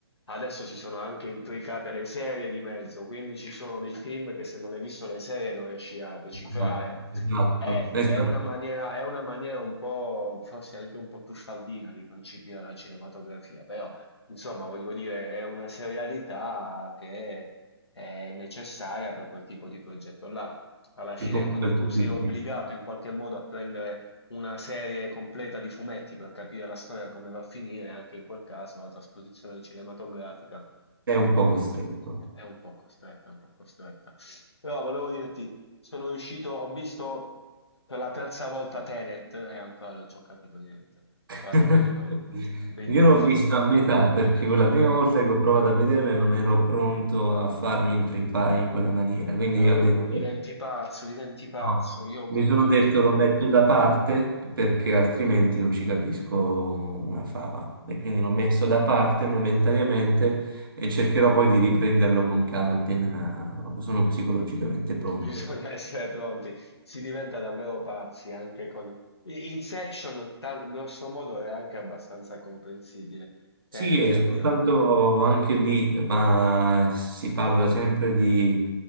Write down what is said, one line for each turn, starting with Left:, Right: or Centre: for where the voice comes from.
Left: Adesso ci sono anche intricate le serie di mezzo, quindi ci sono dei film che se non hai visto le serie non riesci a decifrare.
Right: Esatto, esatto,
Left: È,
Right: esatto,
Left: è una maniera, è una maniera un po', forse anche un po' truffaldina di concepire la cinematografia, però insomma, voglio dire, è una serialità che è necessaria per quel tipo di progetto là. Alla fine,
Right: che comunque
Left: come
Right: il
Left: tu
Right: pubblico
Left: sei obbligato in qualche modo a prendere una serie completa di fumetti per capire la storia come va a finire, anche in quel caso la trasposizione cinematografica
Right: è un po' costretto.
Left: è un po' costretta, è un po' costretta. Però volevo dirti, sono riuscito, ho visto per la terza volta Tenet e ancora non ci ho capito niente,
Right: <laughs>
Left: parlando di Nolan. Quindi,
Right: Io l'ho
Left: <laughs>
Right: vista a metà perché quella prima volta che ho provato a vederla non ero pronto a farmi intrippare in quella maniera, quindi
Left: no,
Right: io ho detto,
Left: no, diventi pazzo, diventi pazzo,
Right: no.
Left: io
Right: Mi
Left: con
Right: sono
Left: tutti...
Right: detto
Left: que-
Right: lo metto da parte perché altrimenti non ci capisco una fava. E quindi l'ho messo da parte momentaneamente e cercherò poi di riprenderlo con calma appena sono psicologicamente
Left: <laughs>
Right: pronto.
Left: Bisogna essere pronti, si diventa davvero pazzi anche con... I- Inception, tan- grosso modo, è anche abbastanza comprensibile. Tenet,
Right: Sì, e
Left: davvero.
Right: soltanto anche lì, ma si parla sempre di